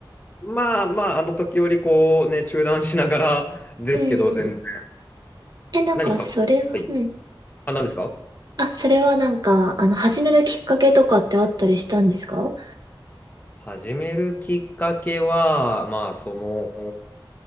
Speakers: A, on the left (about 20°); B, on the right (about 50°).
A: まあまあ、あの時よりこう、ね、中断しながら <laughs> ですけど、
B: うんうん
A: 全然、
B: え、なんか、
A: 何かこう、
B: それは、
A: はい。
B: うん。
A: あ、何ですか
B: あ、それはなんか、あの、始めるきっかけとかってあったりしたんですか
A: 始めるきっかけは、まあ、その、